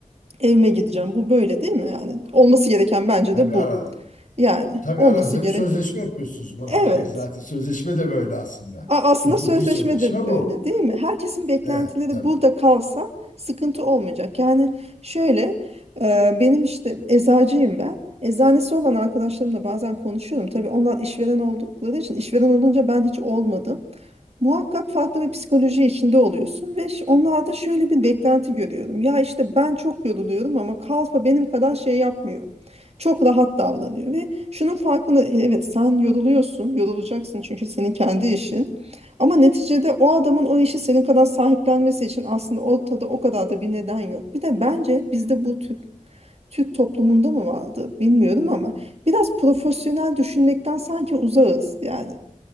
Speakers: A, on the right; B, on the left.
A: Evime gideceğim. Bu böyle değil mi? Yani olması gereken bence
B: Tabii
A: de bu.
B: ara,
A: Yani
B: Tabii
A: olması
B: aranızda
A: gerek.
B: bir sözleşme yapıyorsunuz buna
A: Evet.
B: <laughs> dair zaten. Sözleşme de böyle aslında.
A: A- Aslında
B: Hukuki
A: sözleşme
B: sözleşme
A: de böyle
B: bu.
A: değil mi? Herkesin beklentileri
B: Evet tabii.
A: burada kalsa sıkıntı olmayacak. Yani şöyle e, benim işte eczacıyım ben. Eczanesi olan arkadaşlarımla bazen konuşuyorum. Tabii onlar işveren oldukları için işveren olunca ben hiç olmadım. Muhakkak farklı bir psikoloji içinde oluyorsun ve ş- onlarda şöyle bir beklenti görüyorum. Ya işte ben çok yoruluyorum ama kalfa benim kadar şey yapmıyor. Çok rahat davranıyor ve şunun farkında evet sen yoruluyorsun, yorulacaksın çünkü senin kendi işin. Ama neticede o adamın o işi senin kadar sahiplenmesi için aslında ortada o kadar da bir neden yok. Bir de bence bizde bu Türk Türk toplumunda mı vardı bilmiyorum ama biraz profesyonel düşünmekten sanki uzağız yani.